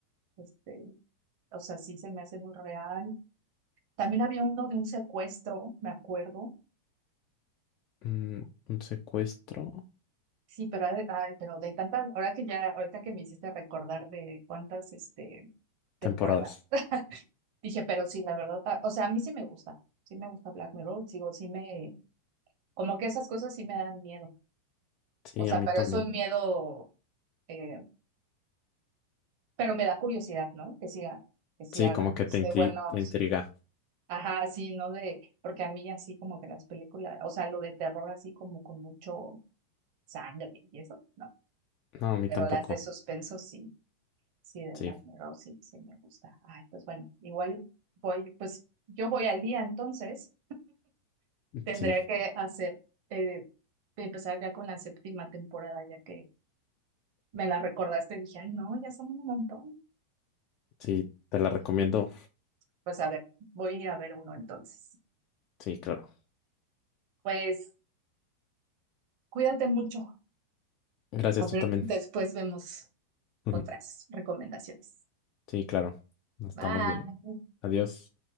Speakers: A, on the right; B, on the left.
A: este, o sea, sí se me hace muy real. También había uno de un secuestro, me acuerdo.
B: Mm, un secuestro.
A: Sí, pero, hay- ay, pero de tantas, ahora que ya, ahorita que me hiciste recordar de cuántas, este, temporadas,
B: Temporadas.
A: <laughs> dije, pero sí, la verdad, ah, o sea, a mí sí me gusta, sí me gusta Black Mirror, sigo, sí me, como que esas cosas sí me dan miedo.
B: Sí,
A: O sea,
B: a mí
A: pero
B: también.
A: es un miedo, eh, pero me da curiosidad, ¿no? Que si, que si
B: Sí,
A: hagan
B: como que
A: este,
B: te inti-
A: buenos,
B: te intriga.
A: ajá, sí, ¿no? De, porque a mí así como que las películas, o sea, lo de terror así como con mucho sangre y eso, no.
B: No, a mí
A: Pero
B: tampoco.
A: las de suspenso sí, sí, de
B: Sí,
A: las miro, sí, sí me gusta. Ay, pues bueno, igual voy, pues yo voy al día entonces, tendría
B: sí,
A: que hacer, eh, empezar ya con la séptima temporada, ya que me la recordaste, dije, ay, no, ya son un montón.
B: sí, te la recomiendo.
A: Pues a ver, voy a ir a ver uno entonces.
B: Sí, claro.
A: Pues cuídate mucho.
B: Gracias,
A: A ver,
B: tú también.
A: después vemos
B: <laughs>
A: otras recomendaciones.
B: Sí, claro. Nos estamos
A: Bye.
B: bien. Adiós.